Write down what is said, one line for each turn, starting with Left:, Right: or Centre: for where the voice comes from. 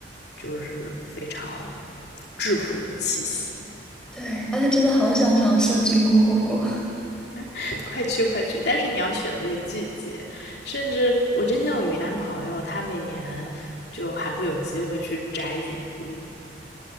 Left: 就是非常质朴的气息。
Centre: 对，而且真的好想尝试菌菇火锅。
Left: <laughs> 快去快去！但是你要选对季节，甚至我之前有云南朋友，他每年就还会有机会去摘菌菇。